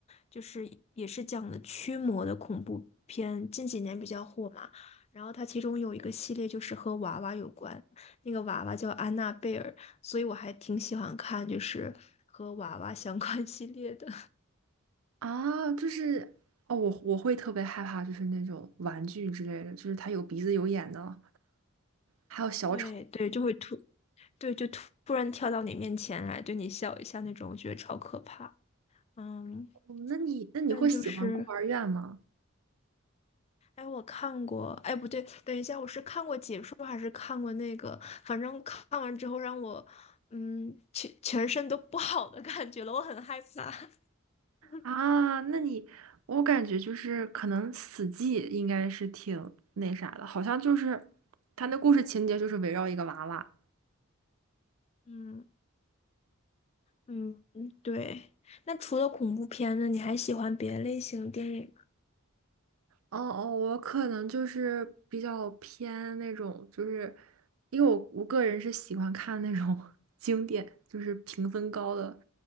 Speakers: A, on the left (about 30°); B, on the right (about 80°).
A: 就是也是讲的驱魔的恐怖片，近几年比较火嘛。然后它其中有一个系列就是和娃娃有关，那个娃娃叫安娜贝尔，所以我还挺喜欢看就是和娃娃相关 <laughs> 系列的。
B: <laughs> 啊，就是哦，我我会特别害怕，就是那种玩具之类的，就是它有鼻子有眼的，还有小丑。
A: <laughs> 对对，就会突对就突突然跳到你面前来，对你笑一下那种，我觉得超可怕。嗯，
B: 哦那你那你会喜欢孤儿院吗？
A: 但就是。哎，我看过，哎，不对，等一下，我是看过解说还是看过那个？反正看完之后让我，嗯，全全身都不好的感觉了，我很害怕。<laughs>
B: 啊，那你，我感觉就是可能死寂应该是挺那啥的，好像就是他那故事情节就是围绕一个娃娃，
A: 嗯嗯嗯，对。那除了恐怖片呢，你还喜欢别的类型电影吗？
B: 哦哦，我可能就是比较偏那种，就是因为我我个人是喜欢看那种 <laughs> 经典，就是评分高的，